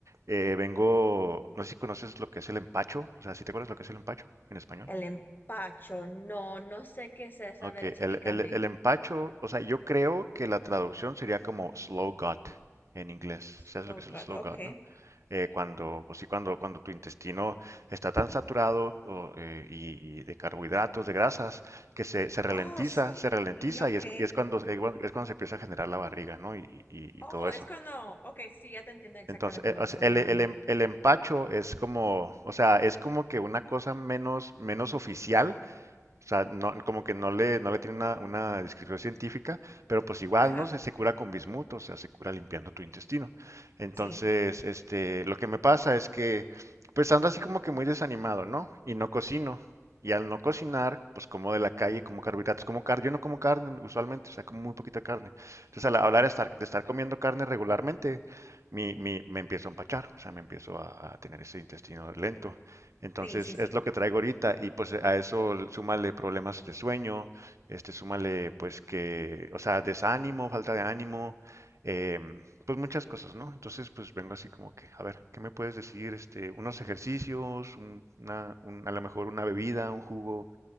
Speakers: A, on the right; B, on the left.
A: eh, vengo, no sé si conoces lo que es el empacho, o sea, si te acuerdas lo que es el empacho en español?
B: el empacho, no, no sé qué es eso.
A: Ok,
B: A ver, explícame.
A: el, el- el empacho, o sea, yo creo que la traducción sería como slow gut en inglés.
B: Slow
A: ¿Sabes lo que es el
B: cut,
A: slow
B: ok.
A: gut, no? Eh, cuando, pues sí, cuando, cuando tu intestino está tan saturado o, eh, y, y de carbohidratos, de grasas, que se, se ralentiza,
B: Oh, sí,
A: se ralentiza
B: ok.
A: y es, y es cuando, es cuando es cuando se empieza a generar la barriga, ¿no? Y, y- y
B: Oh,
A: todo eso.
B: es cuando, ok, sí, ya te entiendo exactamente
A: Entonces, eh,
B: lo
A: o
B: que
A: sea,
B: estás
A: el,
B: hablando.
A: el em- el empacho es como, o sea, es como que una cosa menos, menos oficial o sea, no, como que no le, no le tiene una, una descripción científica, pero pues igual,
B: Ajá,
A: ¿no? Se, se cura con bismuto, o sea, se cura limpiando tu intestino. Entonces,
B: sí,
A: este, lo que me pasa es que, pues ando así como que muy desanimado, ¿no? Y no cocino. Y al no cocinar, pues como de la calle, como carbohidratos, como carne, yo no como carne usualmente, o sea, como muy poquita carne. Entonces, al hablar de estar, de estar comiendo carne regularmente, mi, mi- me empiezo a empachar, o sea, me empiezo a, a tener ese intestino lento. Entonces
B: sí, sí,
A: es
B: sí.
A: lo que traigo ahorita y pues a eso l- súmale problemas de sueño, este súmale pues que, o sea, desánimo, falta de ánimo, em, pues muchas cosas, ¿no? Entonces pues vengo así como que, a ver, ¿qué me puedes decir? Este, unos ejercicios, un- una, un- a lo mejor una bebida, un jugo,